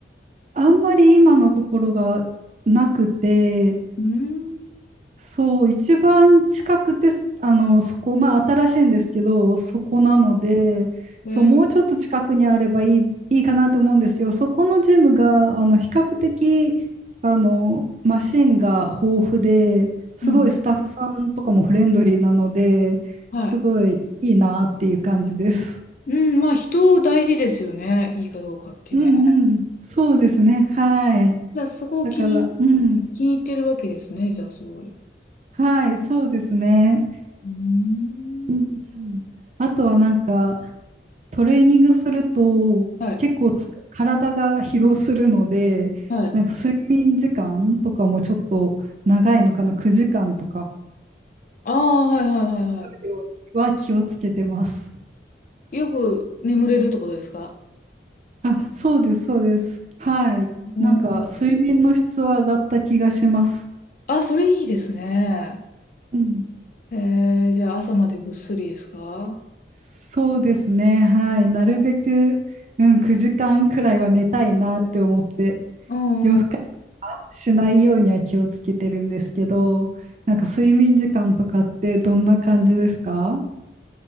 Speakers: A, on the right (about 40°); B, on the left (about 45°).
A: あんまり今のところがなくて、
B: うーん。
A: そう、一番近くて、すあの、そこ、まあ新しいんですけど、そこなので、
B: えー
A: そう、もうちょっと近くにあればいい、いいかなと思うんですけど、そこのジムが、あの、比較的、あの、マシンが豊富で、すごいスタッフさんとかもフレンドリーなので、
B: うん。はい。
A: すごいいいなっていう感じです。
B: うん、まあ人大事ですよね。いいかどうかってね。
A: うんうん、そうですね。はい。
B: じゃあそこを気に、
A: だから、うん、
B: 気に入ってるわけですね。じゃあすごい。
A: はい、そうですね。
B: うーん。
A: うんうん、あとはなんか、トレーニングすると結構つく体が疲労するので、
B: はい。はい。
A: なんか睡眠時間とかもちょっと長いのかな、9時間とか
B: ああ、はいはいはいは
A: ようには気をつけてます。
B: い。よく眠れるってことですか
A: あ、そうです、そうです。はい。
B: うん
A: なんか睡眠の質は上がった気がします。
B: あ、それいいですね。
A: うん。
B: えー、じゃあ朝までぐっすりですか
A: そうですね。はい。なるべく、うん、9時間くらいは寝たいなって思って
B: うん
A: 夜更かしはしないようには気をつけてるんですけど、なんか睡眠時間とかってどんな感じですか